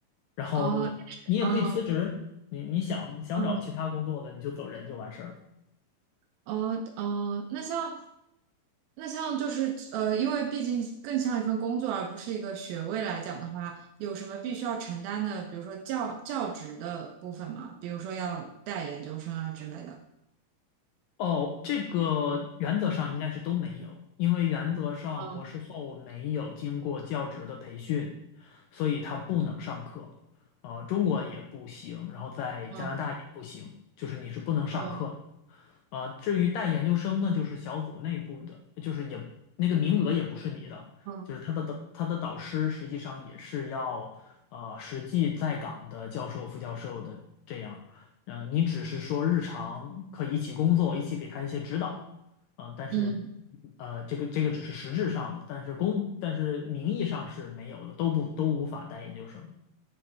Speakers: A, on the left; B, on the right.
A: 然后你你也可以辞职，
B: 哦，但是，嗯
A: 你你想想找其他工作的，
B: 嗯，
A: 你就走人就完事儿了。
B: 哦哦，那像那像就是呃，因为毕竟更像一份工作，而不是一个学位来讲的话，有什么必须要承担的，比如说教教职的部分吗？比如说要带研究生啊之类的。
A: 哦，这个原则上应该是都没有，因为原则上博士后没有经过教职的培训，
B: 嗯
A: 所以他不能上课。呃，中国也不行，然后在加拿大也不行，
B: 嗯
A: 就是你是不能上课。
B: 嗯
A: 啊，至于带研究生呢，就是小组内部的，就是也那个名额也不是你的，
B: 嗯
A: 就是他的导他的导师实际上也是要呃实际在岗的教授、副教授的这样，嗯，你只是说日常可以一起工作，一起给他一些指导，啊，但是
B: 嗯。
A: 呃这个这个只是实质上的，但是公但是名义上是没有的，都不都无法带研究生。